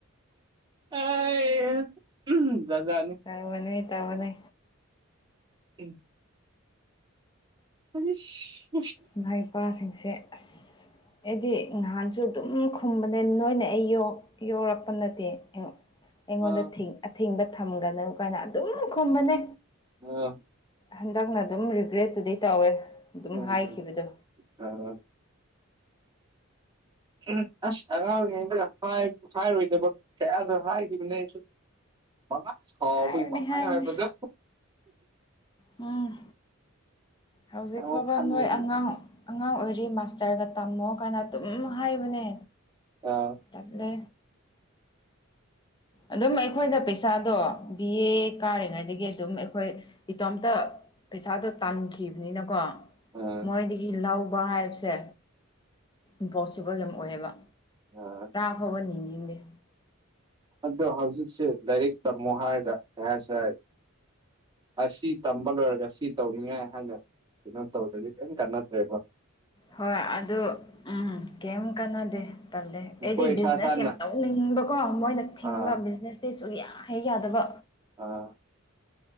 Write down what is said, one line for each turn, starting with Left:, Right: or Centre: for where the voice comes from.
Right: ꯑꯥꯏꯍꯥ ꯎꯝ ꯖꯥꯠꯖꯥꯠꯅꯤ
Left: ꯇꯧꯕꯅꯦ ꯇꯧꯕꯅꯦ
Right: ꯎꯝ ꯁꯤ <unintelligible>
Left: ꯏꯃꯥ ꯏꯄꯥꯁꯤꯡꯁꯦ ꯑꯁ ꯑꯩꯗꯤ ꯅꯍꯥꯟꯁꯨ ꯑꯗꯨꯝ ꯈꯨꯝꯕꯅꯦ ꯅꯣꯏꯅ ꯑꯩ ꯌꯣꯛ ꯌꯣꯛꯔꯛꯄ ꯅꯠꯇꯦ ꯑꯩꯉꯣꯟꯗ
Right: ꯑꯥ
Left: ꯑꯊꯤꯡꯕ ꯊꯝꯒꯅꯨ ꯀꯥꯏꯅ ꯑꯗꯨꯝ ꯈꯨꯝꯕꯅꯦ
Right: ꯑꯥ
Left: ꯍꯟꯗꯛꯅ ꯑꯗꯨꯝ ꯔꯤꯒ꯭ꯔꯦꯠꯄꯨꯗꯤ ꯇꯧꯋꯦ ꯑꯗꯨꯝ
Right: ꯑꯥ
Left: ꯍꯥꯏꯈꯤꯕꯗꯣ
Right: <unintelligible> ꯎꯝ ꯑꯁ ꯑꯉꯥꯡꯔꯤꯉꯩꯗꯒ ꯍꯥꯏ ꯍꯥꯏꯔꯣꯏꯗꯕ ꯀꯌꯥꯁꯨ ꯍꯥꯏꯈꯤꯕꯅꯦ ꯑꯩꯁꯨ ꯑꯃ ꯁꯥꯎꯕꯒꯤ
Left: ꯍꯥꯏꯕꯅꯦ
Right: ꯄꯪꯉꯥꯏ
Left: ꯍꯥꯏꯕꯅꯦ
Right: ꯍꯥꯏꯕꯗꯣ
Left: ꯎꯝ ꯍꯧꯖꯤꯛ
Right: ꯑꯃꯨꯛ
Left: ꯐꯥꯎꯕ
Right: ꯈꯜꯂꯗꯤ
Left: ꯅꯣꯏ ꯑꯉꯥꯡ ꯑꯉꯥꯡ ꯑꯣꯏꯔꯤ ꯃꯥꯁꯇꯥꯔꯒ ꯇꯝꯃꯣ ꯀꯥꯏꯅ ꯑꯗꯨꯝ ꯍꯥꯏꯕꯅꯦ
Right: ꯑꯥ
Left: ꯇꯜꯂꯦ ꯑꯗꯨꯝ ꯑꯩꯈꯣꯏꯅ ꯄꯩꯁꯥꯗꯣ ꯕꯤ ꯑꯦ ꯀꯥꯔꯤꯉꯩꯗꯒꯤ ꯑꯗꯨꯝ ꯑꯩꯈꯣꯏ ꯏꯇꯣꯝꯇ ꯄꯩꯁꯥꯗꯣ ꯇꯥꯟꯈꯤꯕꯅꯤꯅꯀꯣ
Right: ꯑꯥ
Left: ꯃꯣꯏꯗꯒꯤ ꯂꯧꯕ ꯍꯥꯏꯕꯁꯦ ꯏꯝꯄꯣꯁꯤꯕꯜ ꯌꯥꯝ ꯑꯣꯏꯌꯦꯕ
Right: ꯑꯥ
Left: ꯐꯥꯎꯕ ꯅꯤꯅꯤꯡꯗꯦ
Right: ꯑꯗꯣ ꯍꯧꯖꯤꯛꯁꯨ ꯂꯥꯏꯔꯤꯛ ꯇꯝꯃꯣ ꯍꯥꯏꯔꯒ ꯀꯩ ꯍꯥꯏꯔꯁꯨ ꯍꯥꯏ ꯑꯁꯤ ꯇꯝꯕ ꯂꯣꯏꯔꯒ ꯁꯤ ꯇꯧꯅꯤꯉꯥꯏ ꯍꯥꯏꯅ ꯀꯩꯅꯣ ꯇꯧꯗ꯭ꯔꯗꯤ ꯀꯩꯝ ꯀꯥꯟꯅꯗ꯭ꯔꯦꯕꯥ
Left: ꯍꯣꯏ ꯑꯗꯨ ꯎꯝ ꯀꯩꯝ ꯀꯥꯟꯅꯗꯦ ꯇꯜꯂꯦ
Right: ꯑꯩꯈꯣꯏ
Left: ꯑꯩꯗꯤ
Right: ꯏꯁꯥ
Left: ꯕꯤꯖꯤꯅꯦꯁ
Right: ꯏꯁꯥꯅ
Left: ꯌꯥꯝ ꯇꯧꯅꯤꯡꯕꯀꯣ ꯃꯣꯏꯅ ꯊꯤꯡꯕ
Right: ꯑꯥ
Left: ꯕꯤꯖꯤꯅꯦꯁ ꯁꯨꯌꯥ ꯍꯦꯛ ꯌꯥꯗꯕ
Right: ꯑꯥ